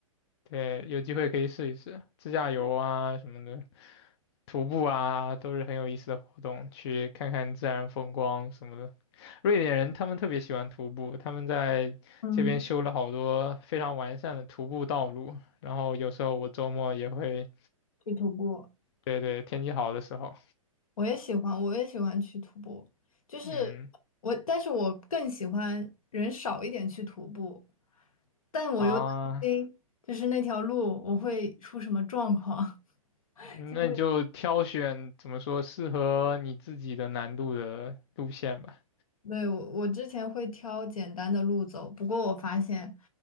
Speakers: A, on the left; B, on the left.
A: 对，有机会可以试一试自驾游啊什么的，徒步啊都是很有意思的活动，去看看自然风光什么的。瑞典人他们特别喜欢徒步，他们在这边修了好多非常完善的徒步道路，
B: 嗯，
A: 然后有时候我周末也会
B: 去徒步。
A: 对对，天气好的时候，
B: 我也喜欢，我也喜欢去徒步。就是我，
A: 嗯
B: 但是我更喜欢人少一点去徒步，但我又担心，
A: 啊，
B: 就是那条路我会出什么状况。<laughs>
A: 嗯那你就挑选怎么说适合你自己的难度的路线吧。
B: 就是。对，我我之前会挑简单的路走，不过我发现，